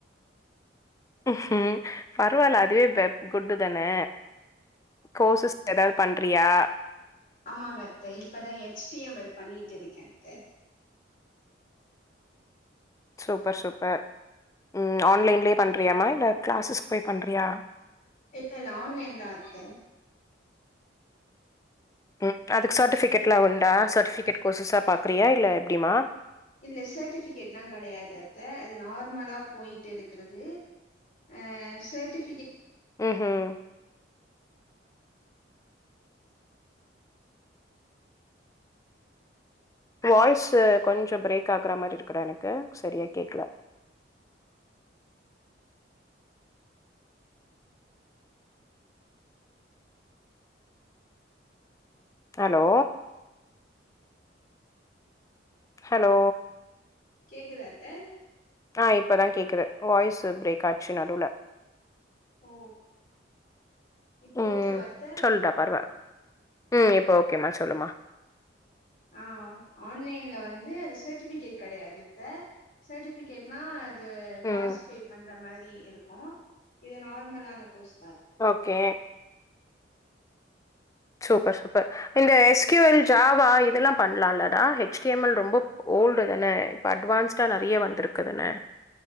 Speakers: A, on the left; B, on the left.
A: ஹ்ம் பரவாயில அதுவே குட்டு தானே கோசஸ் ஏதாவது பண்றியா
B: ஆமாங்கத்த இப்பதான் ஹச்டடிஎம்எல் பண்ணிட்டு இருக்கேன் த்த
A: சூப்பர் சூப்பர் உம் ஆன்லைன்லயே பண்றியாமா இல்ல கிளாஸ்சஸ் போய் பண்றியா
B: இல்ல இல்ல ஆன்லன்ல அத்த
A: உம் அதுக்கு சர்டிபிகேட்ல்லாம் உண்டா சர்டிபிகேட் கோர்சஸா பாக்குறியா இல்ல எப்படிமா
B: இல்ல சர்ட்டிபிகேட் எல்லாம் கிடையாது அத்தை அது நார்மலா போயிட்டு இருக்கிறது அஹ சர்ட்டிபி
A: உஹம் உம் வாய்ஸ் கொஞ்சம் பிரேக் ஆகுற மாதிரி இருக்கற எனக்கு சரியா கேக்கல ஹலோ ஹலோ
B: கேக்குதா அத்த
A: ஆஹ் இப்பதான் கேக்குது வாய்ஸ்சு பிரேக் ஆச்சு நடுல
B: ஓ இப்போ
A: ம்
B: ஓகே வாத்த
A: சொல்டா பரவா ம் இப்ப ஓகேமா சொல்லுமா
B: ஆஹ் ஆன்லைன்ல வந்து அது சர்ட்டிபிகேட் கிடையாது த்த சர்ட்டிபிகேட்னா த்து காசு
A: ம்
B: பே பண்ற மாதிரி கி இருக்கும் இது நார்மலான கோஸ்
A: ஓகே சூப்பர் சூப்பர் இந்த எஸ்கியூஎல் ஜாவா இதெல்லாம் பண்ணலாம்லடா ஹெச்டடிஎம்எல் ரொம்ப ஓல்டு தானே இப்ப அட்வான்ஸ்டா நிறைய வந்திருக்குதுானு